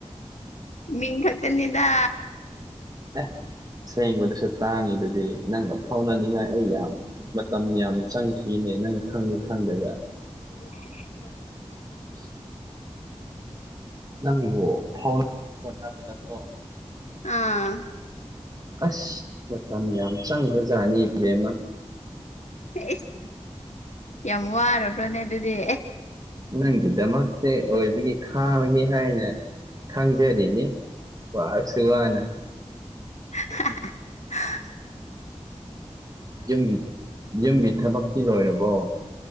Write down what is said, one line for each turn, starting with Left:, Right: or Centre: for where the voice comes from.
Left: ꯃꯤꯡ ꯈꯛꯇꯥꯅꯤꯗ
Right: ꯑꯦ ꯑꯁꯦꯡꯕꯥꯗꯁꯨ ꯇꯥꯡꯉꯤꯗꯨꯗꯤ ꯅꯪꯒ ꯐꯥꯎꯅꯅꯤꯡꯉꯥꯏ ꯑꯩ ꯌꯥꯝ ꯃꯇꯝ ꯌꯥꯝ ꯆꯪꯈꯤꯅꯦ ꯅꯪ ꯈꯡ ꯈꯡꯗꯔꯒ
Left: <unintelligible>
Right: <inaudible> ꯅꯪꯕꯨ ꯐꯥꯎꯔꯞ <unintelligible> ꯍꯣꯠꯅꯕꯥꯗ ꯀꯣ
Left: ꯑꯥ
Right: ꯑꯁ ꯃꯇꯝ ꯌꯥꯝ ꯆꯪꯈ꯭ꯔꯖꯥꯠꯅꯤ ꯏꯕꯦꯝꯃ
Left: ꯏꯁ ꯌꯥꯝ ꯋꯥꯔꯕ꯭ꯔꯥꯅꯦ ꯑꯗꯨꯗꯤ
Right: ꯅꯪꯒꯤꯗꯃꯛꯇꯥ ꯑꯣꯏꯕꯒꯤ ꯈꯥꯡꯉꯒꯦ ꯍꯥꯏꯅ ꯈꯥꯡꯖꯔꯤꯅꯤ ꯋꯥꯔꯁꯨ ꯋꯥꯅ
Left: ꯍꯥ ꯍꯥ <unintelligible> ꯃꯥꯟꯅꯤꯅ‌ꯦ
Right: ꯌꯨꯝ ꯌꯨꯝꯒꯤ ꯊꯥꯕꯛꯇꯤ ꯂꯣꯏꯔꯕꯣ